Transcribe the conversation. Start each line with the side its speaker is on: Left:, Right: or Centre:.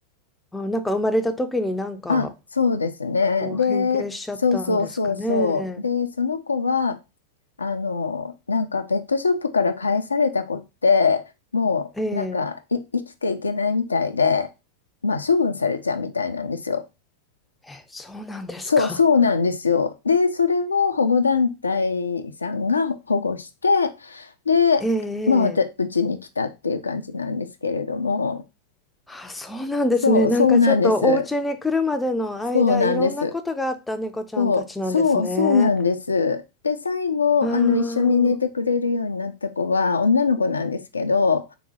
Centre: あ、なんか生まれた時になんか
Left: あ、そうですね。
Centre: こう変形しちゃったんですかね。
Left: で、そうそうそうそう。で、その子は、あの、なんかペットショップから返された子って、もうなんかい生きていけないみたいで、
Centre: ええ
Left: まあ処分されちゃうみたいなんですよ。
Centre: え、そうなんですか。
Left: そうそうなんですよ。で、それを保護団体さんが保護して、で、
Centre: ええええ
Left: まあ、わたうちに来たっていう感じなんですけれども、
Centre: あ、そうなんですね。
Left: そうそうなんです。
Centre: なんかちょっとお家に来るまでの間、
Left: そうなんです。
Centre: いろんなことがあった猫ちゃんたちなんですね。
Left: そう、そう、そうなんです。で、最後、
Centre: ああ。
Left: あの、一緒に寝てくれるようになった子は女の子なんですけど、